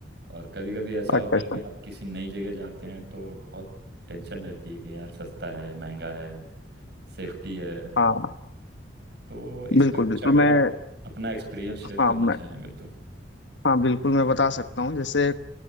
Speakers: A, on the right; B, on the left.
A: और कभी कभी ऐसा
B: अच्छा
A: होता
B: अच्छा
A: है कि आप किसी नई जगह जाते हैं तो बहुत टेंशन रहती है कि यार सस्ता है महंगा है सेफ्टी है
B: हाँ
A: तो इस
B: बिल्कुल
A: पे कुछ
B: बिल्कुल
A: अगर
B: मैं
A: आप अपना एक्सपीरियंस शेयर
B: हाँ
A: करना
B: मैं
A: चाहें अगर तो
B: हाँ बिल्कुल मैं बता सकता हूँ जैसे